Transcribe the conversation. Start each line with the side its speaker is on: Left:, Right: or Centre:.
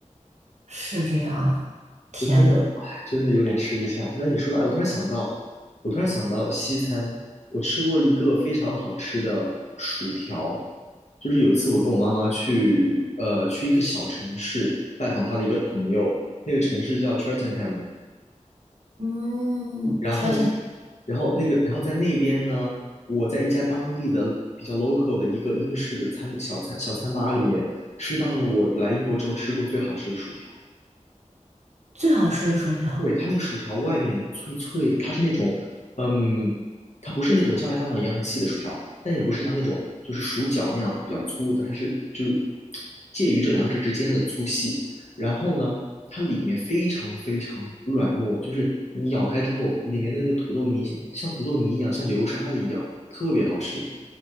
Right: 是这样啊。天呐，
Left: 我真的，哎，真的有点吃不下。那你说到，哎我突然想到，我突然想到西餐，我吃过一个非常好吃的薯条，就是有一次我跟我妈妈去，呃，去一个小城市拜访她的一个朋友，那个城市叫 Cheltenham，
Right: 嗯，
Left: 然后，
Right: 确实
Left: 然后那个，然后在那边呢，我在一家当地的比较 local 的一个英式的餐小餐小餐吧里面吃到了我来英国之后吃过最好吃的薯条。
Right: 最好吃的薯条。
Left: 对，它那个薯条外面脆脆的，它是那种，嗯，它不是那种像麦当劳一样很细的薯条，但也不是像那种就是薯角那样比较粗的，它是就是介于这两者之间的粗细。然后呢，它里面非常非常软糯，就是你咬开之后，里面的那个土豆泥像土豆泥一样，像流沙的一样，特别好吃。